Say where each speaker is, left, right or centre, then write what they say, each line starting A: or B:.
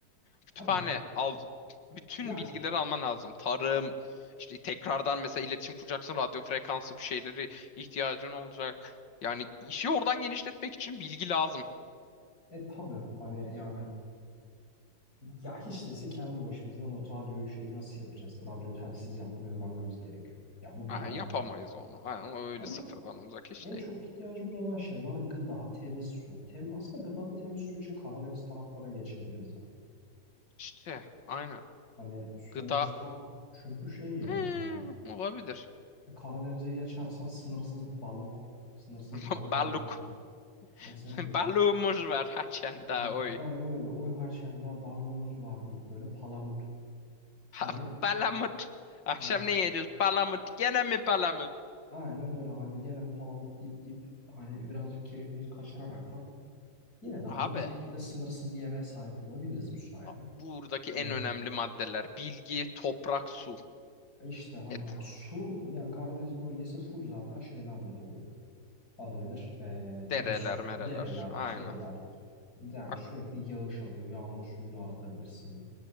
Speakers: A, on the left; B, on the left.
A: Kütüphane
B: Abi küt-
A: aldı. Bütün
B: ya
A: bilgileri alman lazım. Tarım, işte tekrardan mesela iletişim kuracaksın. Radyo frekansı bir şeyleri ihtiyacın olacak. Yani işi oradan genişletmek için bilgi lazım.
B: e tabii hani yani Ya hiç dese kendi başımıza radyoyu şeyi nasıl yapacağız? Radyo telsiz yapmayı öğrenmemiz gerekiyor. Ya bu bir
A: Aynen
B: garanti
A: yapamayız
B: yani.
A: onu. Aynen o öyle
B: Ama
A: sıfırdan olacak iş
B: en
A: değil.
B: çok ihtiyacımız olan şeyler gıda, temiz su. Tem aslında gıda ve temiz su için Karadeniz taraflara geçebiliriz abi.
A: İşte aynen.
B: Hani sonuçta
A: Gıda
B: çünkü şey yani
A: Hmm,
B: hani
A: olabilir.
B: Karadeniz'e geçersen sınırsız balık, sınırsız
A: <laughs>
B: balık
A: Balık,
B: avlayabilirsin. Yani sınırsız-
A: <laughs> Balığımız var haçan daha
B: hani,
A: oy.
B: aynen öyle. Oy haşende balığımız var deyip böyle palamut.
A: Ha,
B: Hani
A: palamut. Akşam
B: hani
A: ne yiyeceğiz? Palamut. Gene mi palamut?
B: Aynen öyle hani gene palamut dip dip hani birazcık keyfimizi kaçıraraktan yine de hani
A: Abi
B: bir şekilde sınırsız yemeğe sahip olabiliriz bu sayede.
A: a- buradaki en
B: Ee,
A: önemli maddeler bilgi, toprak, su,
B: işte hani
A: et,
B: bak su yani Karadeniz bölgesi full zaten şeylerle dolu. Adı nedir? Ee, temiz
A: dereler,
B: su,
A: mereler.
B: dereler,
A: Aynen.
B: şeyler. Yani
A: Ak
B: sürekli yağış alıyor. Yağmur suyunu aratabilirsin.